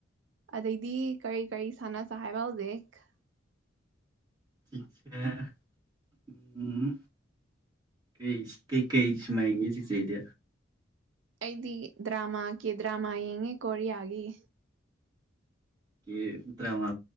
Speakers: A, on the right; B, on the right.
A: ꯑꯗꯩꯗꯤ ꯀꯔꯤ ꯀꯔꯤ ꯁꯥꯟꯅꯁꯦ ꯍꯥꯏꯕ ꯍꯧꯖꯤꯛ
B: ꯆꯤꯆꯦ ꯎꯝ ꯀꯩꯁ ꯀꯩꯀꯩ ꯁꯤꯃꯥ ꯌꯦꯡꯒꯦ ꯆꯦꯆꯦꯗꯤ꯫
A: ꯑꯩꯗꯤ ꯗ꯭ꯔꯥꯃ ꯀꯦꯗ꯭ꯔꯥ ꯌꯦꯡꯉꯤ ꯀꯣꯔꯤꯌꯥꯒꯤ꯫
B: ꯌꯦ ꯗ꯭ꯔꯥꯃ